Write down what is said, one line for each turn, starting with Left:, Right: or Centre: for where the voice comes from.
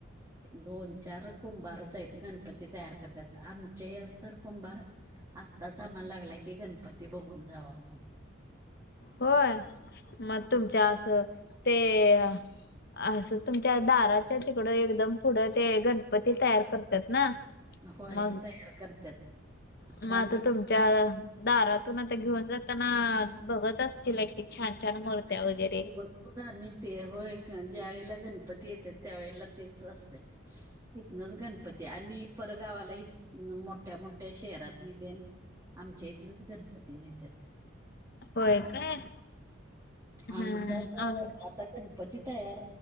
Right: दोन चार कुंभारच आहेत गणपती ते, तयार करतात आमचे तर कुंभार आत्ताच आम्हाला लागलाय की गणपती बघून जावा म्हणून
Left: होय मग तुमच्या असं ते असं तुमच्या दाराच्या तिकडं एकदम पुढं ते ग पती तयार करतात ना
Right: होय
Left: मग,
Right: तयार करत्यात छान
Left: म आता तुम दारातून आता घेऊन जाताना बघत सिमेंटची छान, छान मुर्त्या
Right: हां.
Left: वगैरे.
Right: की आम्ही, ते होय ज्या वेळेला गणपती येत्यात त्यावेेळेला तेच असतय इथनच गणपती आणि परगावाला इच मोठ्या मोठ्या शहरातनी तेन आमच्या इथलंच गणपती न्हेत्यात.
Left: होय काय! हम्म
Right: आमचा तर
Left: आम
Right: आता गणपती तयार